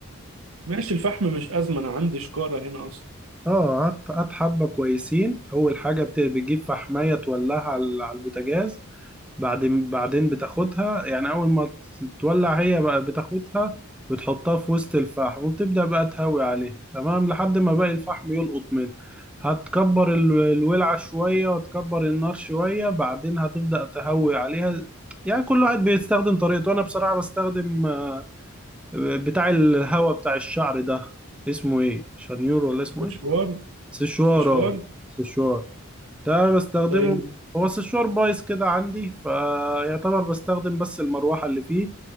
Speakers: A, on the right (about 75°); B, in the centre.
A: ماشي الفحم مش أزمة انا عندي شكارة هنا اصلا
B: اه قعدت قعدت حبة كويسين أول حاجة بت- بتجيب فحماية تولعها على على البوتاجاز بعدين بعدين بتاخدها يعني أول ما تولع هي بقى بتاخدها بتحطها في وسط الفحم وبتبدأ بقى تهوي عليها تمام لحد ما باقي الفحم يلقط منها هتكبر ال- الولعة شوية وتكبر النار شوية بعدين هتبدأ تهوي عليها يعني كل واحد بيستخدم طريقته أنا بصراحة بستخدم آه، بتاع الهوا بتاع الشعر ده اسمه ايه شانيور ولا اسمه
A: استشوار
B: ايه سشوار
A: استشوار
B: اه سشوار ده بستخدمه
A: طيب
B: هو سشوار بايظ كده عندي فيعتبر بستخدم بس المروحة اللي فيه